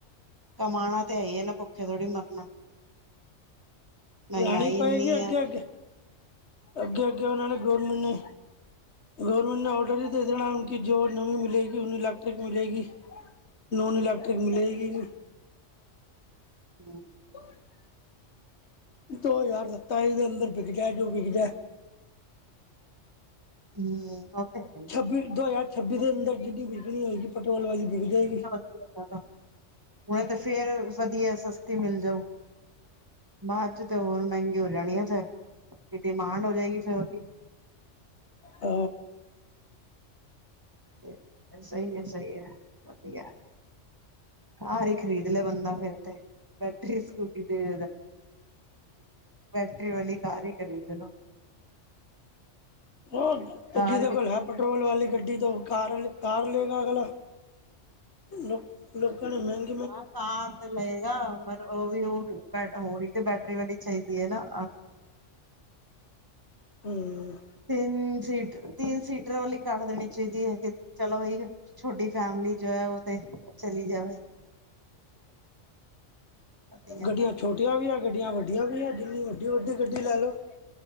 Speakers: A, on the right; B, on the left.
A: ਕਮਾਉਣਾ ਤੇ ਹੈ ਹੀ ਇਹਨ ਭੁੱਖੇ ਥੋੜੀ ਮਰਨਾ। ਮਹਿੰਗਾਈ
B: ਲੈਣੀ ਪਏਗੀ
A: ਇੰਨੀ
B: ਅੱਗੇ
A: ਆ।
B: ਅੱਗੇ ਅੱਗੇ, ਅੱਗੇ ਉਹਨਾਂ ਨੇ ਗੌਰਮੈਂਟ ਨੇ ਗਵਰਮੈਂਟ ਨੇ ਔਰਡਰ ਹੀ ਦੇ ਦੇਣਾ, ਜੋ ਨਵੀਂ ਮਿਲੇਗੀ ਉਹਨੂੰ ਇਲੈਕਟ੍ਰਿਕ ਮਿਲੇਗੀ। ਨੋਨ ਇਲੈਕਟ੍ਰਿਕ, ਮਿਲੇਗੀ ਨਹੀਂ।
A: ਹਮ।
B: ਹ <unintelligible> ਦੋ ਹਜ਼ਾਰ ਸਤਾਈ, ਦੇ ਅੰਦਰ ਵਿਕ ਜਾਏ ਜੋ ਵਿਕ ਜਾਏ।
A: ਹਮ, ਓ ਤੇ ਹੈ।
B: ਦੋ ਹਜ਼ਾਰ ਛੱਬੀ ਦੇ ਅੰਦਰ ਜਿੰਨੀ ਵਿਕਣੀ ਹੋਏਗੀ ਪੈਟਰੋਲ ਵਾਲੀ ਵਿਕ ਜਾਏਗੀ।
A: ਹੁਣ ਤੇ ਫੇਰ, ਵਧੀਆ ਸਸਤੀ ਮਿਲ ਜਾਊ। ਬਾਅਦ ਚ ਤੇ ਹੋਰ ਮਹਿੰਗੇ ਹੋ ਜਾਣੀ ਆ, ਫੇਰ ਤੇ ਡਿਮਾਂਡ ਹੋ ਜਾਏਗੀ ਫਿਰ ਉਹਦੀ
B: ਹ।
A: ਤੇ ਸਹੀ ਹੈ, ਸਹੀ ਹੈ ਵਧੀਆ। ਹ ਹੀ ਖਰੀਦ ਲਿਆ ਬੰਦਾ ਫੇਿਰ ਤੇ, ਬੈਠਰੀ ਸਕੂਟੀ ਦੇ ਬੈਟਰੀ ਵਾਲੀ, ਕਾਰ ਹੀ ਖਰੀਦ ਲੋ।
B: ਉਹ
A: ਕਾਰ
B: ਜਿਹਦੇ
A: ਵਿੱਚ
B: ਕੋਲ ਹੈ, ਪੈਟਰੋਲ ਵਾਲੀ ਗੱਡੀ ਤੋਂ ਕਾਰ ਕਾਰ ਲਏਗਾ ਅਗਲਾ। ਲੋਕ ਲੋਕਾਂ ਨੂੰ <unintelligible>
A: ਹਾਂ, ਤਾਂ ਤੇ ਲਏਗਾ, ਉਹ ਵੀ ਉਹ ਹੋਣੀ ਤੇ ਬੈਟਰੀ ਵਾਲੀ ਚਾਹੀਦੀ ਹੈ ਨਾ।
B: ਹੂੰ
A: ਤਿੰਨ ਸੀਟ। ਤਿੰਨ ਸੀਟਰ ਵਾਲੀ ਕਾਰ ਲੈਂਣੀ ਚਾਹੀਦੀ ਹੈ, ਕਿ ਚਲੋ ਹੀ ਛੋਟੀ ਫੈਮਿਲੀ ਜੋ ਹੈ, ਉਹ ਤੇ ਚੱਲੀ ਜਾਵੇ। ਵਧੀਆ
B: ਗੱਡੀਆਂ ਛੋਟੀਆਂ ਵੀ ਆ ਗੱਡੀਆਂ, ਵੱਡੀਆਂ ਵੀ ਆ, ਜਿੰਨੀ ਮਰਜੀ ਵੱਡੀ ਗੱਡੀ ਲੈ ਲਓ।